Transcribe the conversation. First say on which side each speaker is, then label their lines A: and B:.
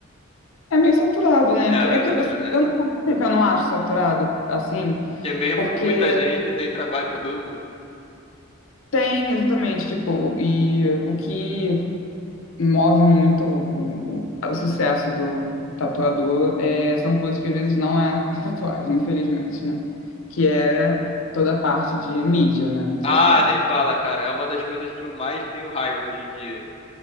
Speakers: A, on the left; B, on the left.
A: é meio saturado, né?
B: É,
A: Porque é
B: é
A: que
B: saturado.
A: eu,
B: É.
A: eu, não- sabe por que eu não acho saturado assim,
B: Porque mesmo
A: porque
B: com muita gente tem trabalho para todo mundo.
A: tem exatamente, tipo, e o que move muito o, o- o sucesso do tatuador é, são coisas que às vezes não é a tatuagem, infelizmente, né? Que é toda a parte de mídia, né? Social.
B: Ah, nem fala, cara. É uma das coisas que eu mais tenho raiva hoje em dia.